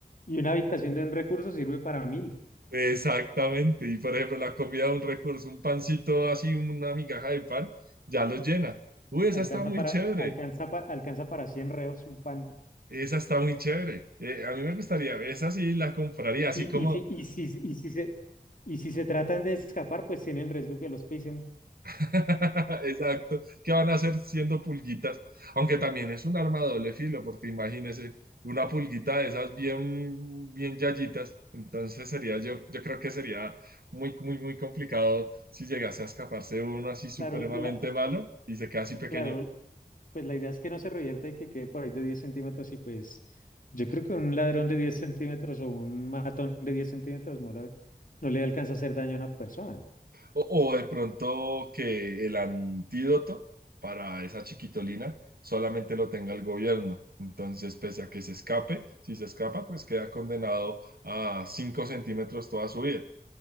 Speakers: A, on the left (about 55°); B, on the right (about 65°).
A: y una habitación de un recluso sirve para mil,
B: exactamente. Y por ejemplo, la comida de un recurso, un pancito así, una migaja de pan, ya los llena. Uy, esa
A: alcanza
B: está muy
A: para,
B: chévere,
A: alcanza pa- alcanza para 100 reos un pan.
B: esa está muy chévere. Eh, a mí me gustaría, esa sí la compraría, así
A: Y,
B: como
A: y, si, y, si, y, si se, y si se tratan de escapar, pues tiene el riesgo que los pisen.
B: <laughs> Exacto. ¿Qué van a hacer siendo pulguitas? Aunque también es un arma de doble filo, porque imagínese una pulguita de esas bien, bien yayitas. Entonces sería, yo, yo creo que sería muy, muy, muy complicado si llegase a escaparse uno así supremamente
A: Claro, la,
B: malo y se queda así pequeño.
A: Claro, pues la idea es que no se revierta y que quede por ahí de 10 centímetros y pues yo creo que un ladrón de 10 centímetros o un matón de 10 centímetros no le, no le alcanza a hacer daño a una persona.
B: O, o de pronto que el antídoto para esa chiquitolina solamente lo tenga el gobierno. Entonces, pese a que se escape, si se escapa, pues queda condenado a 5 centímetros toda su vida.